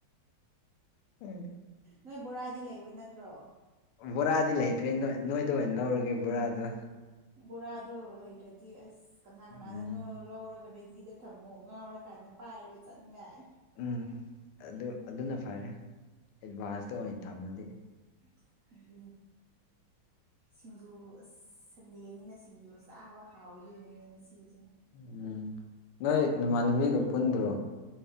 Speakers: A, on the left (about 90°); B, on the right (about 80°).
A: ꯑꯦ
B: ꯅꯣꯏ ꯕꯣꯔꯥꯗꯤ ꯂꯩꯕ ꯅꯠꯇ꯭ꯔꯣ
A: ꯕꯣꯔꯥꯗꯤ ꯂꯩꯇ꯭ꯔꯦ ꯅꯣꯏ ꯅꯣꯏꯗ ꯑꯣꯏꯅ ꯂꯧꯔꯒꯦ ꯕꯣꯔꯥꯗꯣ
B: ꯕꯣꯔꯥꯗꯣ ꯂꯩꯇ꯭ꯔꯗꯤ ꯑꯁ ꯀꯅꯥ ꯀꯅꯥꯗꯅꯣ
A: ꯎꯝ
B: ꯂꯧꯔꯒ ꯔꯦ ꯗꯤꯗ ꯊꯝꯃꯣ ꯉꯥꯎꯔꯀꯥꯟꯗ ꯄꯥꯏꯔ ꯆꯠꯅꯤꯡꯉꯥꯏ
A: ꯎꯝ ꯑꯗꯨ ꯑꯗꯨꯅ ꯐꯔꯦ ꯑꯦꯗꯚꯥꯟꯁꯇ ꯑꯣꯏꯅ ꯊꯝꯂꯗꯤ
B: <unintelligible> ꯁꯤꯡꯖꯨ ꯑꯁ ꯁꯟꯗꯦꯅꯤꯅ ꯁꯤꯡꯖꯨ ꯆꯥꯕ ꯍꯥꯎꯗꯣꯏꯅꯤꯅꯦ ꯉ ꯁꯤꯖꯦ
A: ꯎꯝ ꯅꯣꯏ ꯅꯃꯥꯟꯅꯕꯤꯒ ꯄꯨꯟꯗ꯭ꯔꯣ